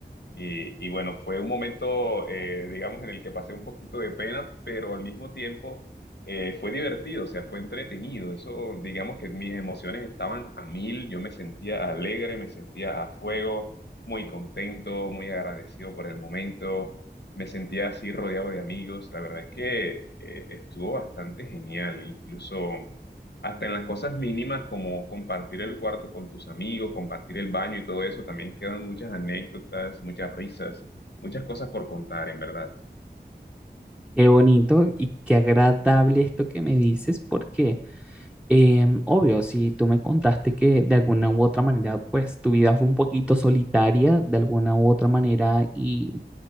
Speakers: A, on the left (about 75°); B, in the centre.
A: Y, y bueno, fue un momento, eh, digamos, en el que pasé un poquito de pena, pero al mismo tiempo eh, fue divertido, o sea, fue entretenido. Eso, digamos que mis emociones estaban a mil, yo me sentía alegre, me sentía a fuego, muy contento, muy agradecido por el momento, me sentía así rodeado de amigos. La verdad es que eh, estuvo bastante genial, incluso hasta en las cosas mínimas como compartir el cuarto con tus amigos, compartir el baño y todo eso, también quedan muchas anécdotas, muchas risas, muchas cosas por contar, en verdad.
B: Qué bonito y qué agradable esto que me dices, porque em, obvio, si tú me contaste que de alguna u otra manera, pues tu vida fue un poquito solitaria, de alguna u otra manera, y